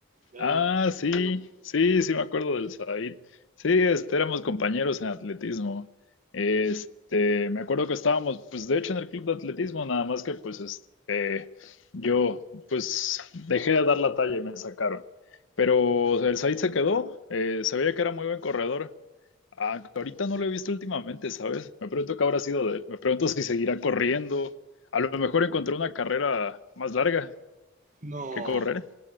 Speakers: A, on the right; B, on the left.
A: Era
B: Ah,
A: un
B: sí,
A: amigo.
B: sí, sí me acuerdo del Said. Sí, este, éramos compañeros en atletismo. Este, me acuerdo que estábamos, pues de hecho en el club de atletismo, nada más que pues este, yo pues dejé de dar la talla y me sacaron. Pero el Said se quedó, eh, se veía que era muy buen corredor. Ah, que ahorita no lo he visto últimamente, ¿sabes? Me pregunto qué habrá sido de él. Me pregunto si seguirá corriendo. A lo mejor encontró una carrera más larga
A: No,
B: que correr.